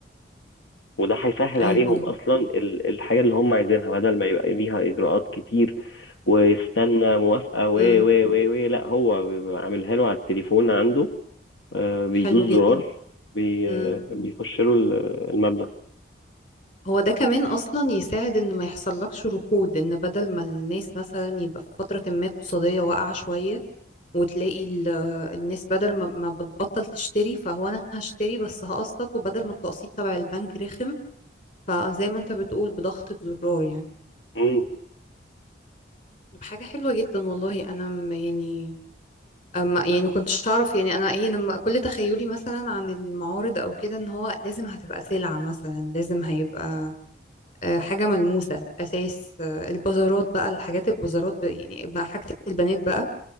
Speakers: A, on the left; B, on the left.
A: وده هيسهل
B: ايوه
A: عليهم اصلا ال- الحاجه اللي هم عايزينها بدل ما يبقى ليها اجراءات كتير ويستنى موافقه و
B: امم
A: و و و لا هو بيبقى عاملها له على التليفون عنده آه، بيدوس
B: حلو جدا
A: زرار بي
B: امم.
A: بيخش له ال- المبلغ
B: هو ده كمان اصلا يساعد ان ما يحصلكش ركود ان بدل ما الناس مثلا يبقى في فترة ما اقتصادية واقعة شوية وتلاقي ال- الناس بدل ما ما بتبطل تشتري فهو انا هشتري بس هقسط وبدل ما التقسيط تبع البنك رخم فزي ما انت بتقول بضغطة زرار يعني
A: مم.
B: طب حاجة حلوة جدا والله انا م- يعني أما يعني ما كنتش اعرف يعني انا ايه لما كل تخيلي مثلا عن المعارض او كده ان هو لازم هتبقى سلعة مثلا لازم هيبقى آه، حاجة ملموسة أساس آه، البازارات بقى الحاجات البازارات بقى يعني بقى حاجة البنات بقى